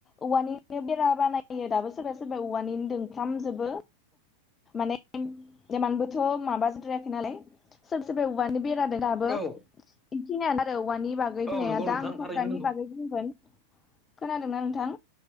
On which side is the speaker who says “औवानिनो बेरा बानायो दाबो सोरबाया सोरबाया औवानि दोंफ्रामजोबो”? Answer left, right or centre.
Left